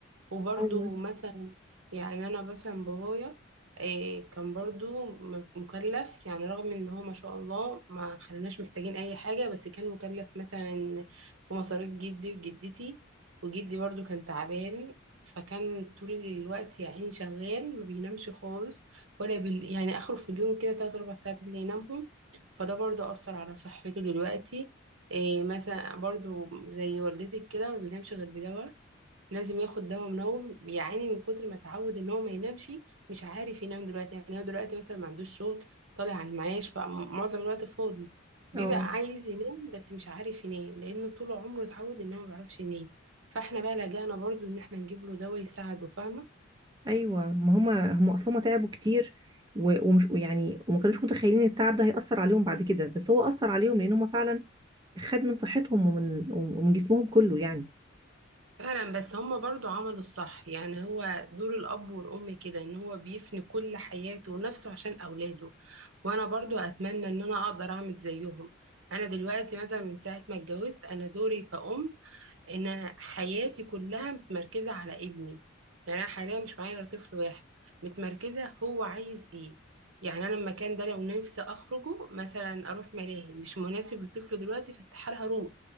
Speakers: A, on the right (about 80°); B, on the right (about 20°).
A: وبرضو
B: اه والله.
A: مثلا يعني انا مثلا بابايا إيه كان برضو م- مكلف يعني رغم ان هو ما شاء الله ما خلناش محتاجين اي حاجة بس كان مكلف مثلا بمصاريف جدي وجدتي وجدي برضو كان تعبان فكان طول الوقت يا عيني شغال ما بينامش خالص ولا بال... يعني اخره في اليوم كده تلات اربع ساعات اللي ينامهم فده برضو اثر على صحته دلوقتي إيه مثلا برضو زي والدتك كده ما بينامش غير بدواء لازم ياخد دواء منوم بيعاني من كتر ما اتعود ان هو ما ينامش مش عارف ينام دلوقتي يعني هو دلوقتي مثلا ما عندوش شغل طالع على المعاش فمعظم الوقت فاضي بيبقى
B: اه
A: عايز ينام بس مش عارف ينام لانه طول عمره اتعود ان هو ما بيعرفش ينام فاحنا بقى لجأنا برضو ان احنا نجيب له دواء يساعده فاهمة
B: ايوه ما هما هما اصلا تعبوا كتير و- ومش يعني وما كانوش متخيلين التعب ده هيأثر عليهم بعد كده بس هو أثر عليهم لأن هما فعلا خد من صحتهم ومن ومن جسمهم كله يعني
A: فعلا بس هما برضو عملوا الصح يعني هو دور الأب والأم كده إن هو بيفني كل حياته ونفسه عشان أولاده وأنا برضو أتمنى إن أنا أقدر أعمل زيهم أنا دلوقتي مثلا من ساعة ما اتجوزت أنا دوري كأم ان انا حياتي كلها متمركزه على ابني يعني انا حاليا مش معايا غير طفل واحد متمركزه هو عايز ايه يعني انا المكان ده لو نفسي اخرجه مثلا اروح ملاهي مش مناسب للطفل دلوقتي فاستحاله هروح